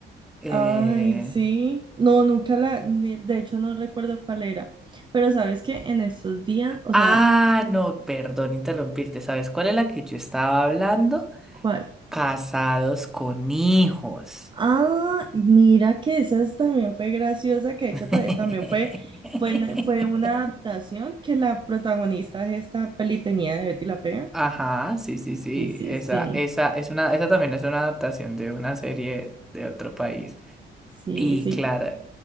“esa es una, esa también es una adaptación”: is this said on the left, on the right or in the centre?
Centre